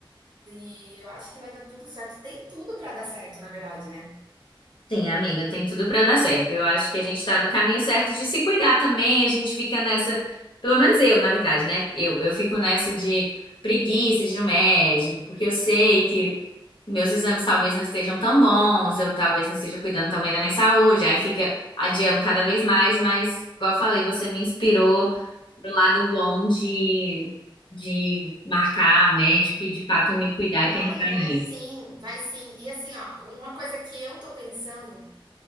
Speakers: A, on the right (about 50°); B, on the left (about 65°).
A: E eu acho que vai dar tudo certo. Tem tudo para dar certo, na verdade, né?
B: Sim, amiga, tem tudo pra dar certo. Eu acho que a gente tá no caminho certo de se cuidar também. A gente fica nessa, pelo menos eu, na verdade, né? Eu, eu fico nessa de preguiça de ir no médico, porque eu sei que meus exames talvez não estejam tão bons, eu talvez não esteja cuidando também da minha saúde. Aí fica adiando cada vez mais, mas, igual eu falei, você me inspirou pro lado bom de, de marcar o médico e de fato me cuidar e
A: Vai,
B: pensar
A: vai
B: em
A: sim, vai sim. E assim, ó, uma coisa que eu tô pensando,